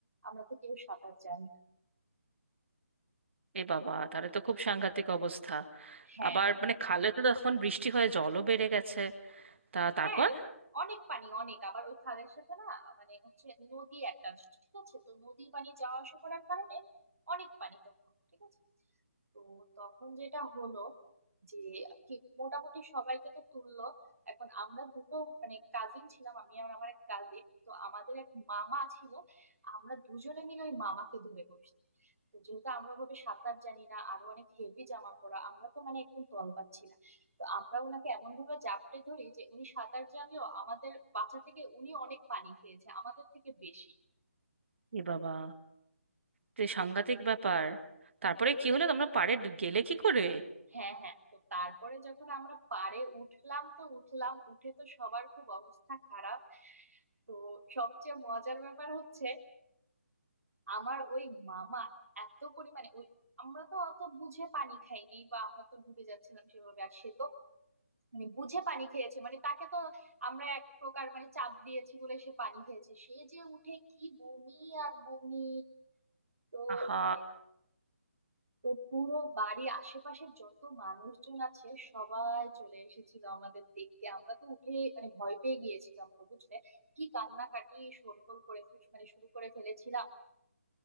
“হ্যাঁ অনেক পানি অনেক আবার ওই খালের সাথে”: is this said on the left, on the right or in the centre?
Right